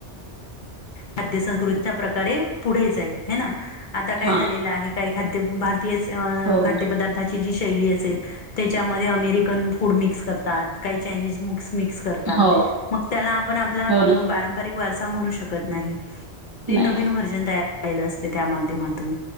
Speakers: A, on the left; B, on the right.
A: खाद्य संस्कृतीच्या प्रकारे पुढे जाईल ह ना आता काय
B: हा
A: झालेलं आहे काही खाद्य भार अ
B: हो
A: खाद्य
B: मॅडम
A: पदार्थ <unintelligible> आची जी शैली असेल त्याच्यामध्ये अमेरिकन फूड मिक्स करतात काही चायनीज मक्स मिक्स
B: हो
A: मग त्याला आपण आप
B: हो ना
A: पारंपिक वार म्हणू शकत नाही री
B: नाही
A: नवीन व्हर्जन तयार झाहिलं असते त्या माध्यमातून